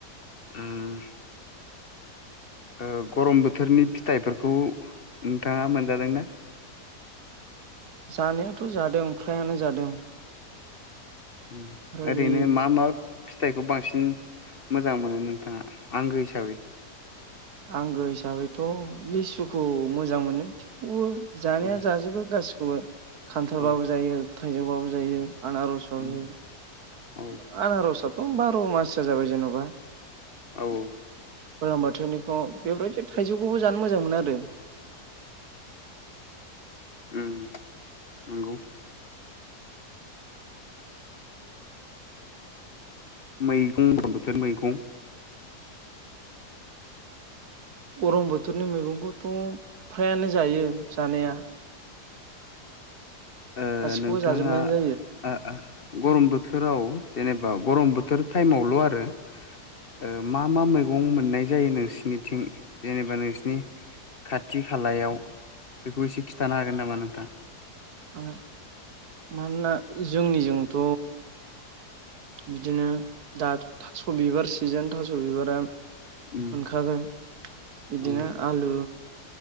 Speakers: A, on the left; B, on the right.
A: उम। ओ गरम बोथोरनि फिथाइफोरखौ नोंथाङा मोनजादोंना?
B: जानायाथ' जादों फ्रायानो जादों।
A: उम
B: बेफोरबायदि
A: ओरैनो मा मा फिथाइखौ बांसिन मोजां मोनो नोंथाङा आंगो हिसाबै?
B: आंगो हिसाबैथ' लिसुखौ मोजां मोनो थेवबो जानाया
A: औ
B: जाजोबो गासिखौबो खान्थालबाबो
A: औ
B: जायो थाइजौबाबो जायो आनारस बाबो
A: उम
B: जायो।
A: औ
B: आनारसआथ' बार' माससो जाबाय जेन'बा।
A: औ औ।
B: गोलोम बोथोरनिखौ बेफोरबायदि थाइजौखौबो जानो मोजां मोनो आरो। <inaudible>
A: ओम नंगौ। मैगं <unintelligible> बोथोर मैगं
B: गरम बोथोरनि मैगंखौथ' फ्रायानो जायो जानाया।
A: ओ
B: गासिखौबो
A: नोंथाङा
B: जाजोबनायानो जायो
A: आ आ गरम बोथोराव जेनेबा गरम बोथोर टाइमावल' आरो ओ मा मा मैगं मोननाय जायो नोंसिनिथिं जेनेबा नोंसिनि खाथि खालायाव बेखौ एसे खिन्थानो हागोन नामा नोंथां?
B: <unintelligible> मानोना जोंनिजोंथ' बिदिनो दाथ' थास' बिबार सिजोन थास' बिबारा
A: उम
B: मोनखागोन। बिदिनो
A: औ
B: आलु